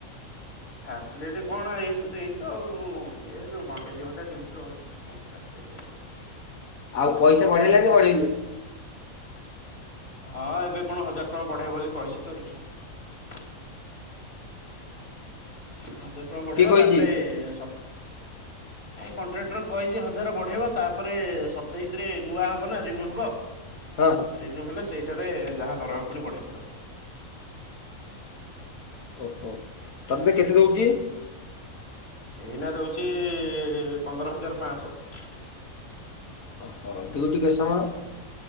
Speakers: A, on the left (about 60°); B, on the left (about 80°).
A: ଫାସିଲିଟି କଣ ଏଇ ଦେଇ ତ ଆଉ ଏ ଯୋଉ ଘଣ୍ଟେ ଦି ଘଣ୍ଟା ଡ୍ୟୁଟି ରହୁଛି ଆଉ କଣ ଫସି ଟି ଆଉ।
B: ଆଉ ପଇସା ବଢେଇଲା ନା ବଢେଇନି?
A: ହଁ ଏବେ କଣ ହଜାର ଟଙ୍କା ବଢେଇ ବୋଲି କହିଛି ତ ଦେଖିବା। ହଜାର ଟଙ୍କା ବଢ଼େଇବ
B: କିଏ କହିଛି
A: ତାପରେ ସ
B: <inaudible>
A: କଣ୍ଟ୍ରାକ୍ଟର କହିଛି ହଜାର ବଢେଇବ ତାପରେ ସତେଇଶରେ ନୂଆ ହବ ନା ରିନୁ ହବ।
B: ହଁ ହଁ
A: ରିନୁ ହେଲେ ସେଇଟାରେ ଯାହା ଦରମା ପୁଣି ବଢେଇକି ଦବ।
B: ଓହୋ ତମେ କେତେ ଦଉଛି?
A: ଏଇନା ଦଉଛି ପନ୍ଦର ହଜାର ପାଞ୍ଚଶହ।
B: ଓହୋ ଡିଉଟି କେତେ ସମୟ?